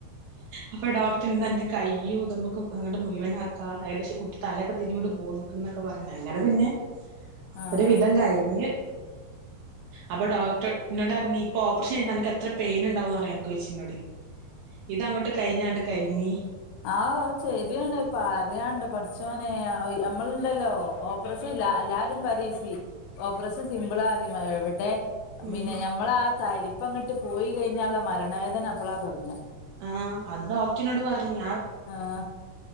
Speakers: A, on the right (about 70°); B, on the left (about 85°).
A: അപ്പോ ഡോക്ടർ പറ്റെന്താ എനിക്ക് കയ്യോ നമുക്ക് നിങ്ങളുടെ മുഴവൻ ആക്കാം കുട്ടിന്റെ കൈ ഒക്കെ ഇങ്ങോട്ട് പോന്നിട്ടുണ്ട് തലയൊക്കെ തിരിഞ്ഞു പൊന്നുകുണ് എന്നക്കെ പറഞ്ഞരുന്നു അങ്ങനെ പിന്നെ
B: ആഹ്
A: ഒരു വിധം കഴിഞ്ഞ് അപ്പൊ ഡോക്ടർ എന്നോട് പറഞ്ഞു ഇപ്പോ ഓപ്പറേഷൻ ചെയ്താൽ എത്ര പെയിൻ ഉണ്ടാവും എന്നറിയോ ചോദിച്ചു എന്നോട് ഇത്ങ്ങോട്ട് കഴിഞ്ഞാണ്ട് കഴിഞ്ഞി
B: ആഹ ശെരിയാണ് പറയാനുണ്ടോ പടച്ചോനെ നമ്മളുണ്ടലോ ല്ലോ ഓപ്പറേഷൻ ഇല്ല എല്ലാരും പറയും ഈസിയാണ് ഓപ്പറേഷൻ സിമ്പിൾ ആണ് എവിടെ
A: ഉം
B: പിന്നെ ഞമ്മളാ തരിപ്പങ്ങിട്ട് പോയി കഴിഞ്ഞുള്ള മരണവേദന അപ്പളാണ് തുടങ്ങുക
A: ആഹ അത് ഡോക്ടറിനോട് പറഞ്ഞേ
B: ആഹ